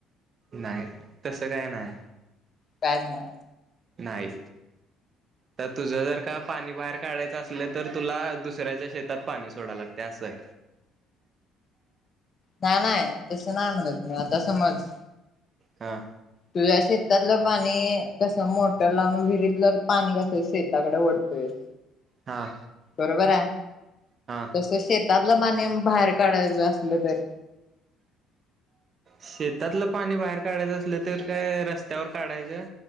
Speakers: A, on the right; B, on the left.
A: नाही तसं काय नाही
B: कायच ना
A: नाही. तर तुझं जर का पाणी बाहेर काढायचं असलं तर तुला दुसऱ्याच्या शेतात पाणी सोडाव लागतयं. असंयं.
B: नाही नाही तसं नाही म्हणत मी आता समज- -
A: ह.
B: तुझ्या शेतातलं पाणी कस मोटर लावून विहिरीतल पाणी कसं शेताकडे वढतोयस.
A: हा
B: बरोबर हाय?
A: हा
B: तस शेतात तल पाणी बाहेर काढायचं असल तर?
A: शेतातलं पाणी बाहेर काढायचं असलं तर काय रस्त्यावर काढायचं.